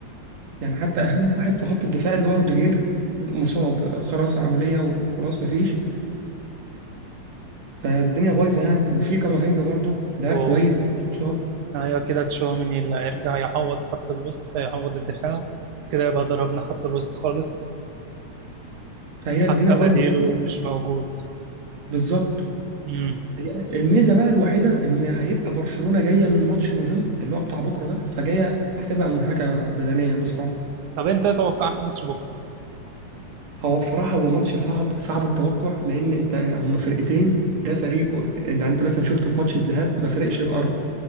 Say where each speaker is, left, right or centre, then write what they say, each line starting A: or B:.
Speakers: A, on the right; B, on the right.
A: يعني حتى اهم واحد في خط الدفاع اللي هو روديجير مصاب خلاص عمليه وخلاص مفيش فالدنيا بايظه يعني وفي كامافينجا برضه لاعب
B: بجد
A: كويس برضه مصاب
B: ايوه كده تشواميني اللي هيرجع يعوض خط الوسط يعوض الدفاع كده يبقى ضربنا خط الوسط خالص
A: فهي
B: حتى
A: الدنيا بايظه
B: بديله
A: خالص
B: مش موجود
A: بالظبط
B: امم
A: هي الميزه بقى الوحيده ان هيبقى برشلونه جايه من ماتش مهم اللي هو بتاع بكره ده فجايه هتبقى منهكه بدنيا بصراحه
B: طب انت ايه توقعك ماتش بكره
A: هو بصراحه هو ماتش صعب صعب التوقع لان انت هما فرقتين ده فريق انت انت مثلا شفته في ماتش الذهاب ما فرقش الارض